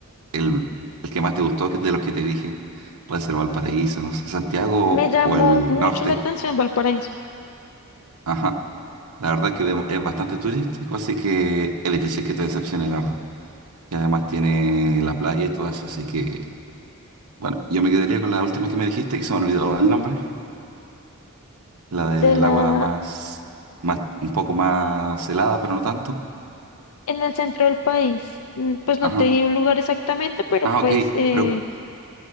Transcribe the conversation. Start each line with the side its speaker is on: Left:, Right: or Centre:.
Right: el, el que más te gustó que- de los que te dije. Puede ser Valparaíso, no sé, Santiago
Left: Me llamó
Right: o el
Left: mucho
Right: norte.
Left: la atención Valparaíso.
Right: Ajá. La verdad es que de- es bastante turístico, así que es difícil que te decepcione, la verdad. Y además tiene la playa y todo eso, así que bueno, yo me quedaría con la última que me dijiste, que se me olvidó el nombre, la del
Left: De la,
Right: agua más, más, un poco más helada, pero no tanto.
Left: en el centro del país, mm, pues
Right: Ajá.
Left: no te di un lugar exactamente, pero
Right: Ah,
Left: pues
Right: ok.
Left: eh,
Right: Pero